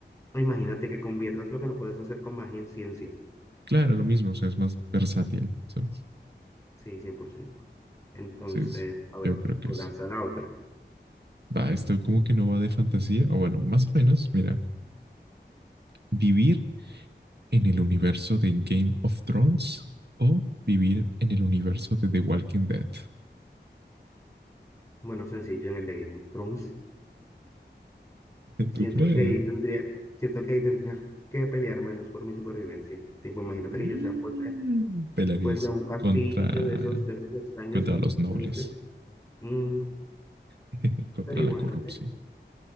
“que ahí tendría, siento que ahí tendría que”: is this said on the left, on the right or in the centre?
Left